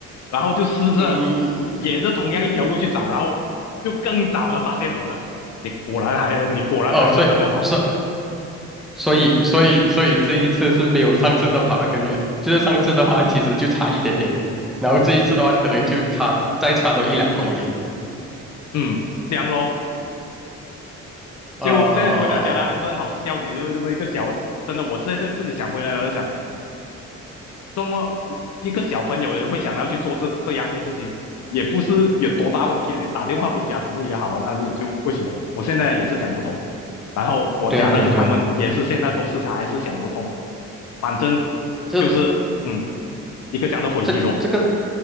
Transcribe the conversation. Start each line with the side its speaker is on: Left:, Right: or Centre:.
Left: 然后就试着沿着同样一条路去找，
Centre: 嗯，
Left: 然后就更早的发现我了。你果然还，你果然还在这么玩，
Centre: 哦，所以所所以所以所以这一次是没有上次的跑得更远，就是上次的话其实就差一点点，然后这一次的话可能就差再差多一两公里。
Left: 嗯，这样咯。
Centre: 呃，
Left: 就现在回想起来还是很好笑，你就是这么一个小，真的，我现在自己想回来，我就想，这么我一个小朋友也会想要去做这这样的事情，也不是有多大问题啊。你打电话回家什么也好啊，但是就为什么我现在也是想不通。然后我家人他们也是现在都是还是想不通，
Centre: 对啊，对啊，对啊，
Left: 反正就是嗯，
Centre: 这个
Left: 一个这样的回忆咯。
Centre: 这个这个